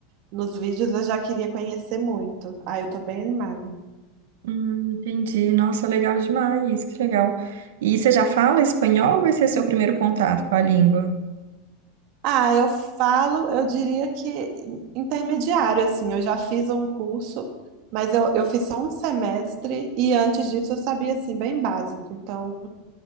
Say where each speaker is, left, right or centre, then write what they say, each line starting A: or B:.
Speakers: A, on the right; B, on the right.
A: nos vídeos eu já queria conhecer muito. Aí eu tô bem animada.
B: Hum, entendi. Nossa, legal demais, que legal. E você já fala espanhol ou vai ser seu primeiro contato com a língua?
A: Ah, eu falo, eu diria que intermediário, assim, eu já fiz um curso, mas eu, eu fiz só um semestre e antes disso eu sabia, assim, bem básico. Então.